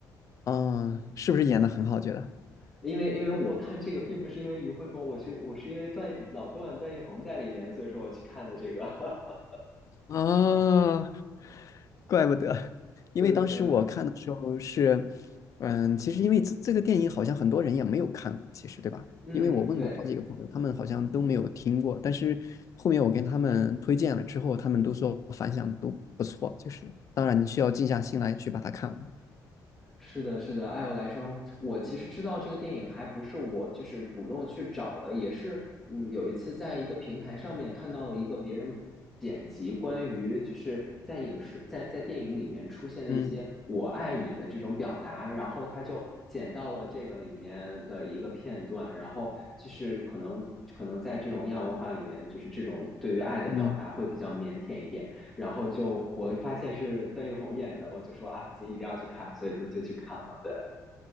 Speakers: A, on the left (about 45°); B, in the centre.
A: 啊，是不是演的很好？觉得
B: 因为因为我看这个并不是因为于辉鹏，我是我是因为段老段段奕宏在里面，所以说我去看的这个。<laughs>
A: 啊，怪不得，因为当时我看的时候是，
B: 对对对，
A: 嗯，其实因为这这个电影好像很多人也没有看过，其实对吧？
B: 嗯，
A: 因为我问过好几个朋友，
B: 对。
A: 他们好像都没有听过，但是后面我跟他们推荐了之后，他们都说反响都不错，就是当然你需要静下心来去把它看完。
B: 是的，是的，《爱有来生》，我其实知道这个电影还不是我就是主动去找的，也是嗯，有一次在一个平台上面看到了一个别人剪辑关于就是在影视在在电影里面出现的一些“我爱你”的这种表达，
A: 嗯
B: 然后他就剪到了这个里面的一个片段，然后就是可能可能在这种亚文化里面，就是这种对于爱的表达会比较腼腆一点。
A: 嗯
B: 然后就我发现是段奕宏演的，我就说啊，不行，一定要去看，所以就就去看了。对，